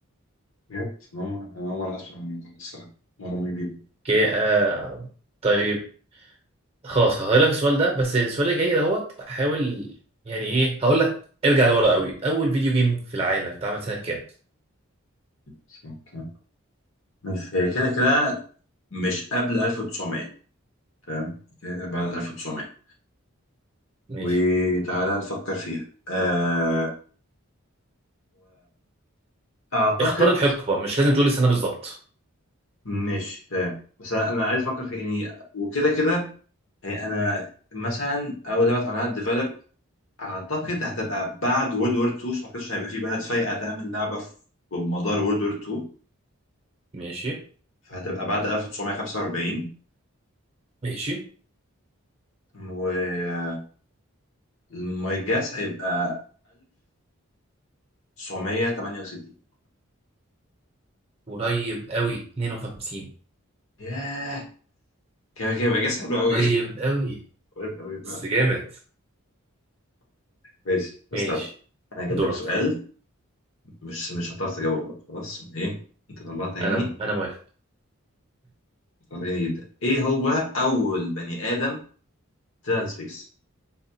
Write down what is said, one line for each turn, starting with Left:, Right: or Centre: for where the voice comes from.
Left: بجد أنا أول مرة أنا أول مرة أسمع عن الموضوع ده الصراحة معلومة جديدة
Right: اوكي آه، طيب خلاص هغير لك السؤال ده بس السؤال اللي جاي دوت حاول يعني إيه هقول لك ارجع لورا قوي أول فيديو جيم في العالم اتعمل سنة كام؟
Left: بس أوكي. مش هي كده كده مش قبل 1900 تمام كده كده بعد 1900
Right: ماشي
Left: وتعالى نفكر فيها آه وأعتقد
Right: اختار الحقبة مش لازم تقول السنة بالظبط
Left: ماشي تمام بس انا أنا عايز افكر في يعني وكده كده يعني انا مثلا اول لعبه اتعملها ديفلوب اعتقد هتبقى بعد وورلد وور 2 عشان ما اعتقدش هيبقى في بلد فايقه تعمل لعبه في مدار وورلد وور 2
Right: ماشي
Left: فهتبقى بعد 1945
Right: ماشي
Left: و ماي جاس هيبقى 1968
Right: قريب قوي 52
Left: ياه كده كده يبقى جاس حلو قوي
Right: قريب
Left: <laughs>
Right: قوي
Left: قريب قوي بقى
Right: بس جامد
Left: ماشي استنى
Right: ماشي
Left: انا هجيب
Right: دورك
Left: لك سؤال مش مش هتعرف تجاوبه بقى خلاص ايه انت طلعت عيني
Right: انا انا موافق
Left: ساعدني جدا ايه هو اول بني ادم طلع السبيس